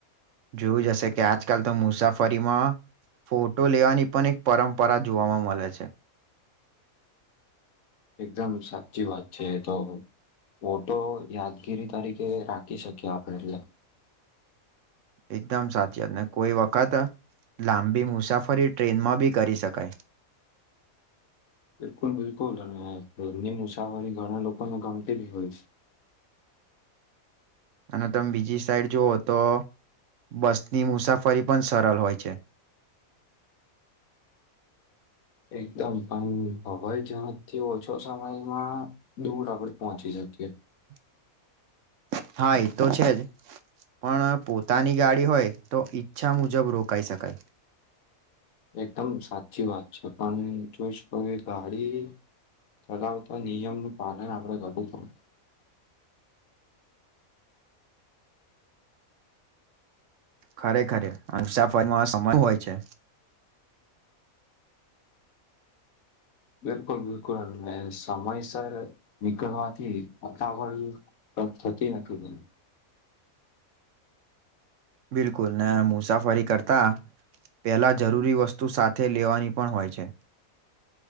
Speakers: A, on the right; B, on the left.
A: જોવું જ હશે કે આજકાલ તો મુસાફરીમાં ફોટો લેવાની પણ એક પરંપરા જોવામાં મળે છે,
B: એકદમ સાચી વાત છે, તો ઓટો યાદગીરી તરીકે રાખી શકીએ, આપણે એટલે
A: એકદમ સાચ વાત ને કોઈ વખત લાંબી મુસાફરી ટ્રેનમાં બી કરી શકાય,
B: બિલકુલ બિલકુલ અને એની મુસાફરી ઘણા લોકોને ગમતીલી હોય છે.
A: અને તમે બીજી સાઈડ જુવઓ તો બસની મુસાફરી પણ સરળ હોય છે,
B: એકદમ પણ હવાઈ જઝડજથી ઓછો સમયમાં દૂર આપણે પહોંચી શકીએ
A: <unintelligible> હા એ તો છે જ પણ પોતાની ગાડી હોય તો ઈચ્છા મુજબ રોકાઈ શકાય,
B: એકદમ સાચી વાત છે પણ જોઈ શકો કે ગાડી ચલાવતા નિયમ નું પાલન આપડ કરું છું
A: ખરેખરે મુસાફરમાં સમય હોય છે,
B: બિલકુલ બિલકુલ સમયસર નીકળવાથીતા <unintelligible> થતી નથી <unintelligible>
A: બિલકુલ ને મુસાફરી કરતા પેલા જરૂરી વસ્તુ સાથે લેવાની પણ હોય છે.